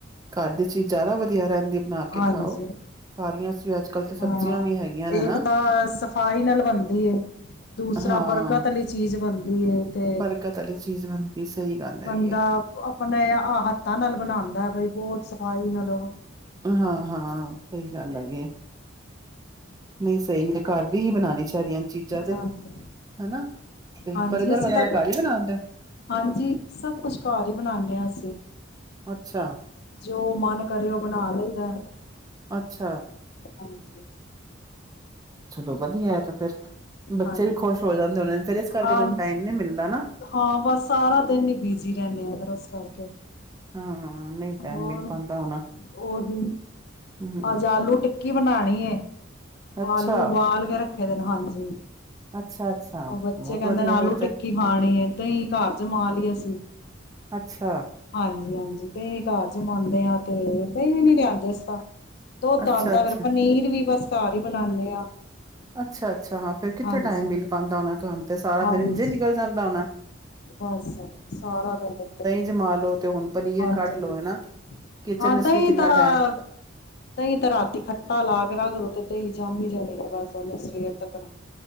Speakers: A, on the right; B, on the left.
A: ਘਰ ਦੀ ਚੀਜ਼ ਜ਼ਿਆਦਾ ਵਧੀਆ ਰਹਿੰਦੀ ਬਣਾ ਕੇ
B: ਹਾਂਜੀ
A: ਖਾਓ। ਸਾਰੀਆਂ ਸ ਅੱਜ ਕੱਲ੍ਹ ਤੇ ਸਬਜ਼ੀਆਂ
B: ਹਾਂ
A: ਵੀ ਹੈਗੀਆਂ ਨੇ,
B: ਇੱਕ
A: ਹਨਾ
B: ਤਾਂ ਸਫ਼ਾਈ ਨਾਲ ਬਣਦੀ ਹੈ ਦੂਸਰਾ
A: ਹਾਂ
B: ਬਰਕਤ ਵਾਲੀ ਚੀਜ਼ ਬਣਦੀ ਦੀ ਇਹ ਤੇ
A: ਬਰਕਤ ਵਾਲੀ ਚੀਜ਼ ਬਣਦੀ ਸਹੀ ਗੱਲ ਹੈਗੀ
B: ਬੰਦਾ
A: ਹੈ।
B: ਆਪਣੇ ਆ ਹੱਥਾਂ ਨਾਲ ਬਣਾਉਂਦਾ ਬਈ ਬਹੁਤ ਹਾਈ ਨਾਲ ਲ
A: ਹਾਂ ਹਾਂ ਸਹੀ ਗੱਲ ਹੈਗੀ ਆ ਨਹੀਂ ਸਹੀ ਤੇ ਘਰ ਦੀ ਹੀ ਬਣਾਉਣੀ ਚਹੀਆਂ ਚੀਜ਼ਾਂ ਤੇ
B: ਹਾਂਜੀ
A: ਹਨਾ ਤੇ
B: ਹਾਂਜੀ
A: ਬਰਗਰ
B: ਅਸੀਂ
A: ਵਗੈਰਾ
B: ਤਾਂ
A: ਘਰ ਹੀ ਬਣਾਦੇ
B: ਹਾਂਜੀ ਸਭ ਕੁਛ ਘਰ ਹੀ ਬਣਾਨੇ ਆ ਅਸੀਂ
A: ਅੱਛਾ
B: ਜੋ ਮਨ ਕਰੇ ਉਹ ਬਣਾ ਲਈਦਾ
A: ਅੱਛਾ
B: ਹਾਂਜੀ
A: ਚਲੋ ਵਧੀਆ ਹੈ ਤਾਂ ਫੇਿਰ ਬੱਚੇ
B: ਹਾਂਜੀ
A: ਵੀ ਖੁਸ਼ ਹੋ ਜਾਂਦੇ ਹੋਣੇ ਫੇਰ ਇਸ ਕਰਕੇ
B: ਹਾਂਜੀ,
A: ਤੁਹਾਨੂੰ ਟਾਈਮ ਨੀ ਮਿਲਦਾ ਨਾ
B: ਹਾਂ ਬਸ ਸਾਰਾ ਦਿਨ ਹੀ ਬਿਜੀ ਰਹਿੰਦੇ ਆ ਫੇਰ ਉਸ ਕਰਕੇ
A: ਹਾਂ ਨਹੀਂ ਟਾਈਮ
B: ਹੋਰ
A: ਮਿਲ ਪਾਉਂਦਾ ਹੋਣਾ
B: ਉਓਹੀ
A: ਹਮ
B: ਅੱਜ ਆਲੂ ਟਿੱਕੀ ਬਣਾਣੀ ਏ
A: ਅੱਛਾ
B: ਆਲੂ ਉਬਾਲ ਕੇ ਰੱਖ ਰੱਖੇ ਦੇ ਨੇ, ਹਾਂਜੀ
A: ਅੱਛਾ ਅੱਛਾ
B: ਉਹ ਬੱਚੇ
A: ਬਹੁਤ
B: ਕਹਿੰਦੇ
A: ਵਧੀਆ
B: ਨੇ ਆਲੂ
A: ਫਿਰ ਤੇ
B: ਟਿੱਕੀ ਖਾਣੀ, ਦਹੀ ਘਰ ਜਮਾ ਲਈ ਅਸੀਂ।
A: ਅੱਛਾ
B: ਹਾਂਜੀ- ਹਾਂਜੀ ਦਹੀ ਘਰ ਜਮਾਂਦੇ ਆ ਤੇ ਦਹੀ ਵੀ ਨੀ ਲਿਆਂਦੇ, ਅਸੀ ਤਾ ਦੁੱਧ
A: ਅੱਛਾ
B: ਆਦਾ
A: ਅੱਛਾ
B: ਫਿਰ ਪਨੀਰ ਵੀ ਬਸ ਘਰ ਹੀ ਬਣਾਉਦੇ ਆ।
A: ਅੱਛਾ-ਅੱਛਾ ਹਾਂ ਫਿਰ ਕਿੱਥੇ
B: ਹਾਂਜੀ,
A: ਟਾਈਮ ਮਿਲ ਪਾਦਾ ਹੁਣਾ ਤੁਹਾਨੂੰ ਤੇ ਸਾਰਾ
B: ਹਾਂਜੀ
A: ਦਿਨ ਇੰਝੇ ਨਿਕਲ ਜਾਂਦਾ ਹੁਣਾ।
B: ਬਸ ਸਾਰਾ ਦਿਨ ਇਦਾ ਹੀ
A: ਜਮਾ ਲੋ ਤੇ ਹੁਣ ਪਨੀਰ
B: ਹਾਂਜੀ
A: ਕੱਢ
B: -ਹਾਂਜੀ,
A: ਲੋ ਹਨਾ ਕਿਚਨ
B: ਹਾਂ
A: ਵਿੱਚ
B: ਦਹੀਂ
A: ਵੀ ਕਿੰਨਾ
B: ਤਾਂ
A: ਟਾਈਮ
B: ਦਹੀਂ ਤਾਂ ਰਾਤੀ ਖੱਟਾ ਲਾ ਕੇ ਰੱਖ ਓ ਤੇ ਹੀ ਜੰਮ ਹੀ ਜਾਣੀ ਹੈ। ਬਸ ਉਹਨੇ ਸਵੇਰ ਤੱਕ ਨਾ।